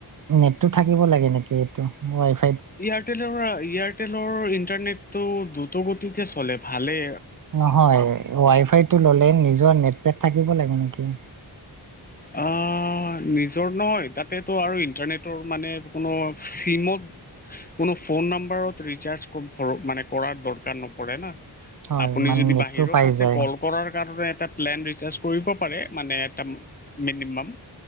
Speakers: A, on the right; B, on the left.
A: নেটটো থাকিব লাগে নেকি এইটো ৱাইফাই
B: এয়াৰটেলৰ এয়াৰটেলৰ ইণ্টাৰনেটটো দ্ৰত গতিতে চলে ভালে
A: নহয় ৱাই ফাইটো ল'লে নিজৰ নেট পেট থাকিব লাগে নেকি?
B: অ', অ' নিজৰ নহয় তাতেতটো আৰু ইন্টাৰনেটৰ মানে কোনো চিমত কোনো ফোন নাম্বাৰতৰিচাৰ্জ মান কৰাৰ দৰকাৰ ন পৰে ন।
A: হয়
B: আপুনি
A: মানে
B: যদি
A: নেটটো
B: বাহিৰত
A: পাই
B: আছে
A: যায়
B: কল কৰাৰ কাৰণে এটা প্লেন ৰিচাৰ্জ কৰিব পাৰে মানে এটা মিনিমাম